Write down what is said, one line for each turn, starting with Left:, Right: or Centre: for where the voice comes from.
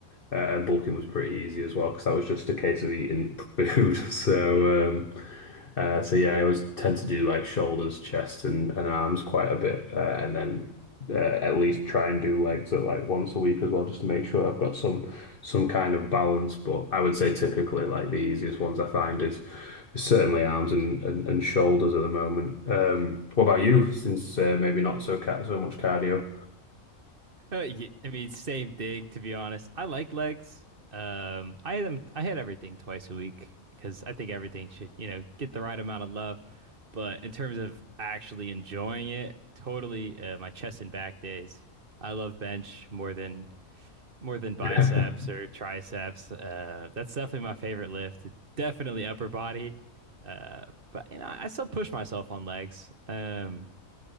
Left: uh, and bulking was pretty easy as well because that was just a case of eating <laughs> food. So,
Right: Yeah.
Left: um, uh, so yeah, I always tend to do like shoulders, chest, and, and arms quite a bit, uh, and then uh, at least try and do legs at like once a week as well, just to make sure I've got some some kind of balance. But I would say typically like the easiest ones I find is, is certainly arms and, and and shoulders at the moment. Um, what about you? Since uh, maybe not so ca so much cardio.
Right: Uh, ye- I mean, same thing to be honest. I like legs. Um, I had them, I had everything twice a week because I think everything should, you know, get the right amount of love. But in terms of actually enjoying it, totally uh, my chest and back days. I love bench more than more than biceps
Left: <laughs>
Right: or triceps. Uh, that's definitely my favorite lift. Definitely upper body. Uh, but you know, I still push myself on legs. Um,